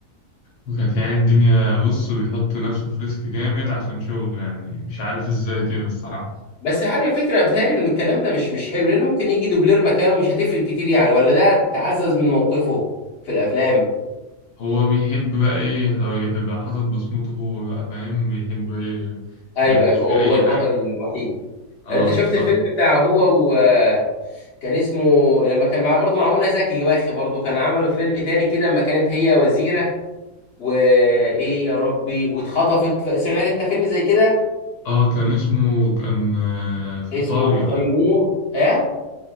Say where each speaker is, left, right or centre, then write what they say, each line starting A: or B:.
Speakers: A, on the left; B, on the left.
A: وكانت يعني الدنيا بص بيحط نفسه في ريسك جامد عشان شغله يعني مش عارف ازاي كده الصراحة
B: بس عارف فكرة بتهيألي ان الكلام ده مش مش حلو لان ممكن يجي دوبلير مكانه مش هتفرق كتير يعني ولا ده تعزز من موقفه في الافلام
A: هو بيحب بقى ايه هو يبقى حاطط بصمته هو بقى فاهم بيحب ايه
B: ايوه
A: ما يبقاش
B: ايوه
A: فيه
B: هو
A: اي
B: هو البطل
A: حاجة
B: الوحيد
A: اه
B: انت
A: بالظبط
B: شفت الفيلم بتاعه هو و كان اسمه لما كان معاه برضه مع منى زكي واخي برضه كان عملوا فيلم تاني كده لما كانت هي وزيرة وايه يا ربي واتخطفت ف... سمعت انت فيلم زي كده
A: اه كان اسمه كان آه، في
B: اسمه
A: ايطاليا
B: تيمور اه